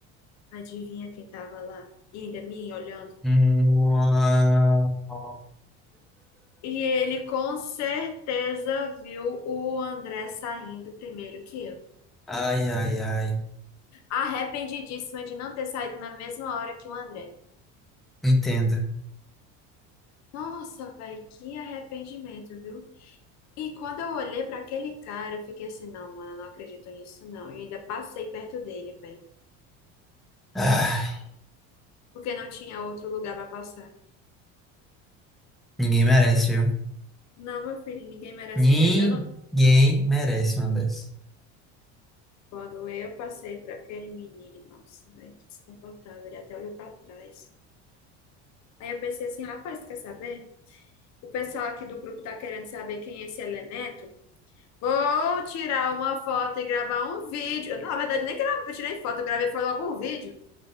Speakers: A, on the left; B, in the centre.
A: Adivinha quem tava lá? E ainda me olhando.
B: Uau.
A: E ele com certeza viu o André saindo primeiro que eu.
B: Ai, ai, ai.
A: Arrependidíssima de não ter saído na mesma hora que o André.
B: Entenda.
A: Nossa, velho, que arrependimento, viu? E quando eu olhei pra aquele cara, eu fiquei assim, não, mano, eu não acredito nisso, não. E ainda passei perto dele, velho,
B: Ah,
A: porque não tinha outro lugar pra passar.
B: ninguém merece, viu?
A: Não, meu filho, ninguém merece
B: Ninguém
A: mesmo. Eu não...
B: merece uma dessas.
A: Quando eu passei por aquele menino, nossa, velho, que desconfortável. Ele até olhou pra trás. Aí eu pensei assim, rapaz, quer saber? O pessoal aqui do grupo tá querendo saber quem é esse elemento. Vou tirar uma foto e gravar um vídeo. Na verdade, nem gravei, eu tirei foto, eu gravei foi logo um vídeo.